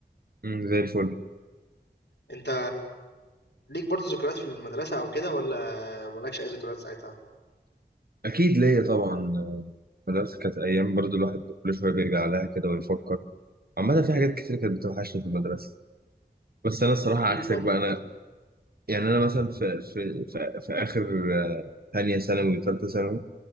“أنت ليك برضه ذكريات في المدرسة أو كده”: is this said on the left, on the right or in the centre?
Left